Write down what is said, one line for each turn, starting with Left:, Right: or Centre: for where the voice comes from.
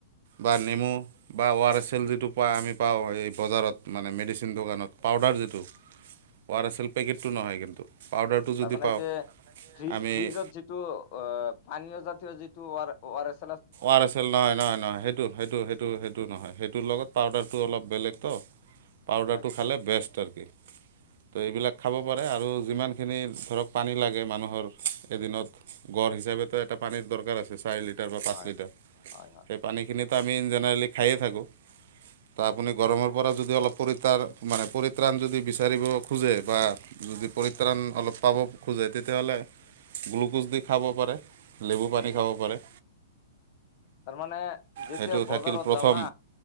Right: বা নেমু বা ৱাৰেছ চেল যিটো পায় আমি পাওঁ, এই বজাৰত মানে মেডিচিন দোকানত পাউদাৰ যিটো ৱাৰেছৰ পেকেটটো নহয় কিন্তু। পাউদাৰটো যদি
Left: তাৰ মানে
Right: পাওঁ
Left: যে ফি
Right: আমি
Left: ফ্ৰিজত যিটো অ', পানীয় জাতীয় যিটো ৱাৰ ৱাৰেছ
Right: আৰ নহয়, নহয়, নহয়, সেইটো, সেইটো, সেইটো, সেইটো নহয়, সেইটোৰ লগত পাউদাৰটো অলপ বেলেগতো, পাউদাৰটো
Left: আচ্ছা
Right: খালে বেষ্ট আৰু কি
Left: <inaudible>
Right: এইবিলাক খাব পাৰে আৰু যিমানখিনি ধৰক পানী লাগে মানুহৰ এদিনত গঢ় হিচাপেতো এটা পানীৰ দৰকাৰ আছে চাৰি লিটাৰ বা পাঁচ
Left: হয়
Right: লিটাৰ,
Left: হয়
Right: সেই
Left: হয়
Right: পানীখিনিত আমি জেনেৰেলি খায়ে থাকোঁ। বা আপুনি গৰমৰ পৰা যদি অলপ পৰিত্ৰাণ মানে পৰিত্ৰাণ যদি বিচাৰিব খোজে বা যদি পৰিত্ৰাণ অলপ পাব খোজে তেতিয়াহ'লে গ্লুক'জ দি খাব পাৰে, লেবু পানী খাব পাৰে।
Left: তাৰমানে যেতিয়া
Right: সেইটো
Left: বজাৰত
Right: থাকিল প্ৰথম
Left: যাওঁ না,